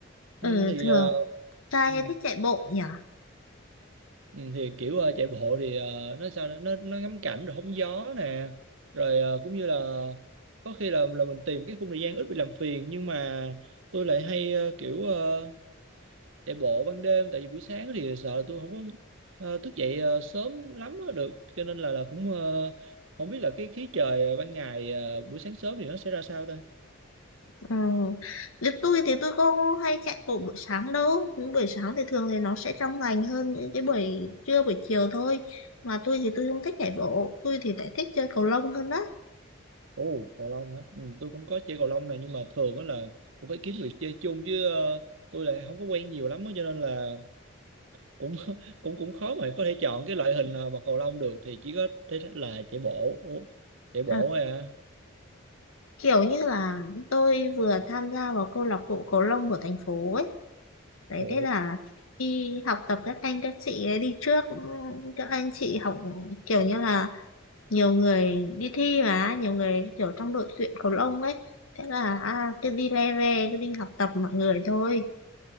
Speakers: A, on the right (about 70°); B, on the left (about 80°).
A: Ừ,
B: Ừ,
A: thì
B: thường
A: ờ,
B: trai
A: ừ.
B: hay thích chạy bộ nhỉ?
A: Ừ, thì kiểu ờ, chạy bộ thì ờ, nó sao nữa? nó nó ngắm cảnh rồi hóng gió nè rồi ờ, cũng như là có khi là là mình tìm cái khung thời gian ít bị làm phiền nhưng mà tôi lại hay ờ, kiểu ờ, chạy bộ ban đêm tại vì buổi sáng thì sợ là tôi không có ờ, thức dậy ờ, sớm lắm á được cho nên là là cũng ờ, không biết là cái khí trời ờ, ban ngày ờ, buổi sáng sớm thì nó sẽ ra sao ta
B: Ừ. Thì tôi thì tôi có hay chạy bộ buổi sáng đâu những buổi sáng thì thường thì nó sẽ trong lành hơn những cái buổi trưa buổi chiều thôi mà tôi thì tôi không thích chạy bộ tôi thì lại thích chơi cầu lông hơn đó
A: Ồ, cầu lông hả? Ừ, tôi cũng có chơi cầu lông này nhưng mà thường đó là cũng phải kiếm người chơi chung chứ ờ, tôi lại không có quen nhiều lắm á cho nên là cũng <laughs> cũng cũng khó mà có thể chọn cái loại hình ờ, bật cầu lông được thì chỉ có thế là chạy bộ Ủa, chạy bộ
B: Ờ,
A: thôi à
B: kiểu như là tôi vừa tham gia vào câu lạc bộ cầu lông của thành phố ấy đấy
A: ồ
B: thế là đi học tập các anh các chị ấy đi trước các anh chị học kiểu như là nhiều người đi thi mà nhiều người kiểu trong đội tuyển cầu lông ấy thế là à, cứ đi le ve cứ đi học tập mọi người thôi